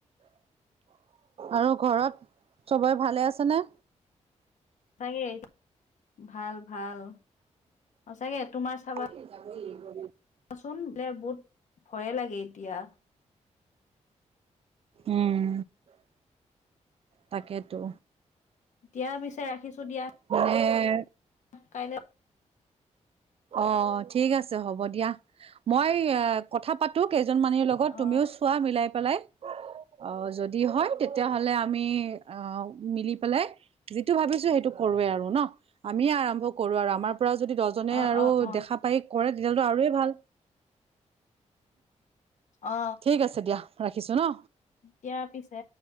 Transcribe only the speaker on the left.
চাগে <inaudible> ভাল, ভাল সঁচাকে তোমাৰ চাবা
<unintelligible> বহুত ভয়ে লাগে এতিয়া।
দিয়া পিছে ৰাখিছো দিয়া।
কাইলে
অ
অ
অ অ
অ
দিয়া পিছে।